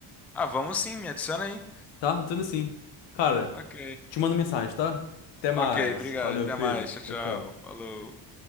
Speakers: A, in the centre; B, on the left.
A: Ah, vamos sim, me adiciona aí.
B: Tá? Então, assim. Cara,
A: Ok.
B: te mando mensagem, tá? Até mais.
A: Ok, obrigado.
B: Valeu,
A: Até
B: Pedro.
A: mais. Tchau, tchau.
B: Tchau, tchau.
A: Falou.